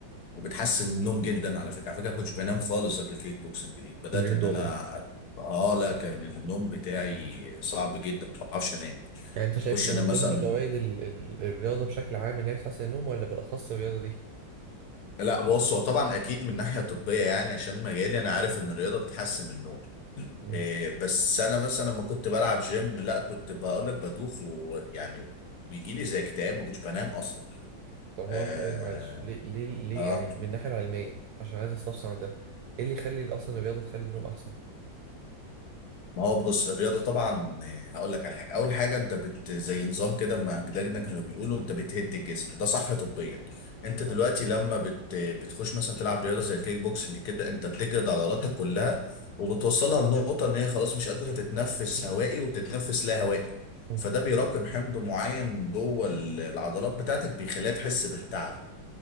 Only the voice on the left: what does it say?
وبتحسن النوم جدا على فكره على فكره ما كنتش بنام خالص قبل الكيك بوكسنج جديد بدات
ان
انا اه لا كان النوم بتاعي صعب جدا ما بعرفش انام
اخش
انام مثلا
لا بص هو طبعا اكيد من ناحيه طبيه يعني عشان مجالي انا عارف ان الرياضه بتحسن النوم
إيه بس انا مثلا لما كنت بلعب جيم لا كنت بقول لك بدوخ ويعني وبيجي لي زي اكتئاب ما كنتش بنام اصلا
اه,
آه.
ما هو بص الرياضة طبعا آه، هقول لك على حاجة أول حاجة أنت بت زي نظام كده ما أجدادنا كانوا بيقولوا أنت بتهد الجسم ده صح طبيا أنت دلوقتي
لما بت بتخش مثلا تلعب رياضة زي الكيك بوكسنج كده أنت بتجرد عضلاتك كلها وبتوصلها لنقطة إن هي خلاص مش قادرة تتنفس هوائي وبتتنفس لا هوائي
فده بيراكم حمض معين جوه ال- العضلات بتاعتك بيخليها تحس بالتعب